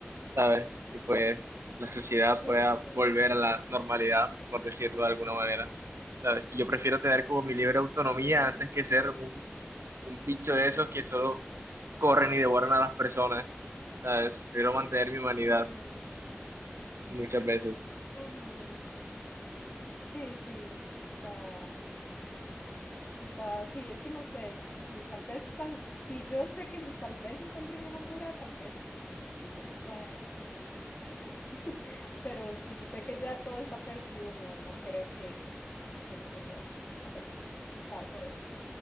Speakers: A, on the right; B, on the left.
A: ¿sabes? Y pues la sociedad
B: sí,
A: pueda
B: tal vez.
A: volver a la normalidad, por decirlo de alguna manera, ¿sabes? Y yo prefiero tener como mi libre autonomía
B: Mm,
A: antes que ser un, un bicho de esos que solo corren y devoran a las personas, ¿sabes? Prefiero mantener mi humanidad
B: mm,
A: muchas veces.
B: ujú. Sí, sí, es- está. Está, sí, es que no sé, sí, sí, tal vez, tan, si yo sé que m- tal vez encuentren una cura, tal vez sí, digo yo, bueno, ahí sí, <laughs> pero si sé que ya todo está perdido, no, no creo que me gustaría, no sé, luchar por eso.